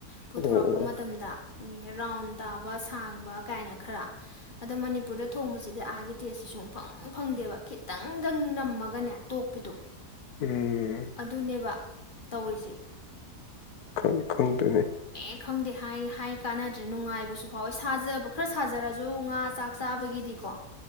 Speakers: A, on the left; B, on the left.
A: ꯄꯨꯊꯣꯔꯛꯄ
B: ꯑꯣ ꯑꯣ ꯑꯣ
A: ꯃꯇꯝꯗ ꯔꯥꯎꯟ ꯇꯥꯕ ꯁꯥꯡꯕ ꯀꯥꯏꯅ ꯈꯔ ꯑꯗ ꯃꯅꯤꯄꯨꯔꯗ ꯊꯣꯡꯕꯁꯤꯗꯤ ꯑꯥꯒꯤ ꯇꯦꯁꯁꯤ ꯁꯨꯡꯐꯪ ꯐꯪꯗꯦꯕ ꯈꯤꯇꯪꯗꯪ ꯅꯝꯃꯒꯅꯦ ꯇꯣꯛꯄꯤꯗꯣ
B: ꯎꯝ
A: ꯑꯗꯨꯅꯦꯕ ꯇꯧꯔꯤꯁꯦ
B: ꯈꯪ ꯈꯟꯅꯦ
A: ꯑꯩ ꯈꯪꯗꯦ ꯍꯥꯏ ꯍꯥꯏ ꯀꯥꯟꯅꯗ꯭ꯔꯦ ꯅꯨꯡꯉꯥꯏꯕꯁꯨ ꯐꯥꯎꯋꯦ ꯁꯥꯖꯕ ꯈꯔ ꯁꯥꯖꯔꯁꯨ ꯉꯥ ꯆꯥꯛ ꯆꯥꯕꯒꯤꯗꯤꯀꯣ